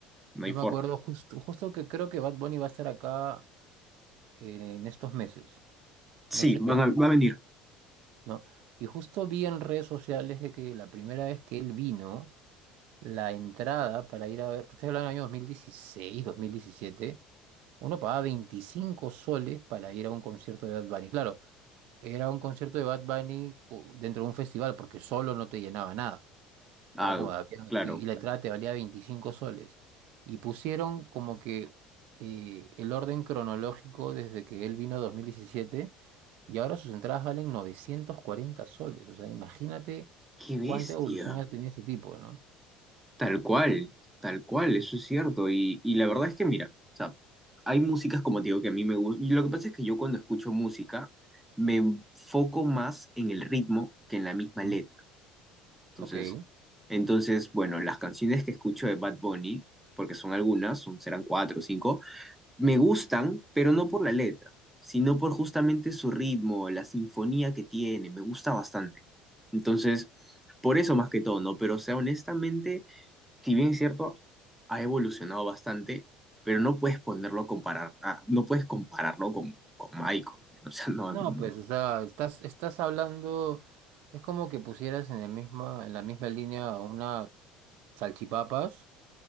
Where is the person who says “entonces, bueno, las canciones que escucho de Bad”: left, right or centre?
Centre